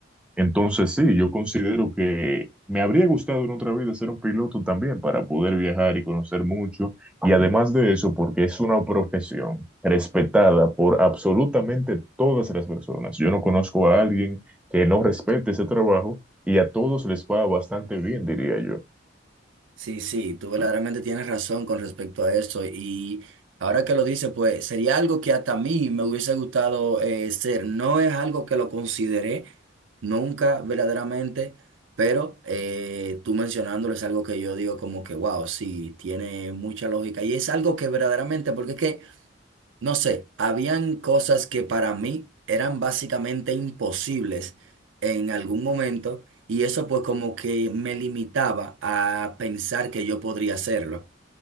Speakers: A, in the centre; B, on the right.
A: Entonces sí, yo considero que me habría gustado en otra vida ser un piloto también para poder viajar y conocer mucho. Y además de eso, porque es una profesión respetada por absolutamente todas las personas. Yo no conozco a alguien que no respete ese trabajo y a todos les va bastante bien, diría yo.
B: Sí, sí, tú verdaderamente tienes razón con respecto a eso y ahora que lo dices, pues sería algo que hasta a mí me hubiese gustado eh, ser. No es algo que lo consideré nunca verdaderamente, pero eh, tú mencionándolo es algo que yo digo como que, wow, sí, tiene mucha lógica y es algo que verdaderamente, porque es que... No sé, habían cosas que para mí eran básicamente imposibles en algún momento y eso pues como que me limitaba a pensar que yo podría hacerlo.